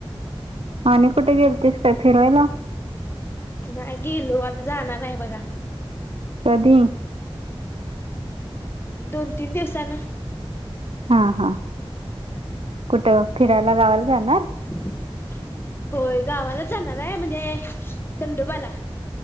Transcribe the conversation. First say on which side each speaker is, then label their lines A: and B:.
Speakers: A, on the right; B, on the left.
A: आणि आणि कुठे गेलतीस काय फिरवायला?
B: नाही गेलो आता जाणार आहे. बघा
A: कधी?
B: दोन, तीन दिवसांन
A: हा.. हा.. कुठं..? फिरायला गावाला जाणार?
B: <inaudible> <unintelligible> होय गावालाच जाणार आहे. म्हणजे दंडोबाला.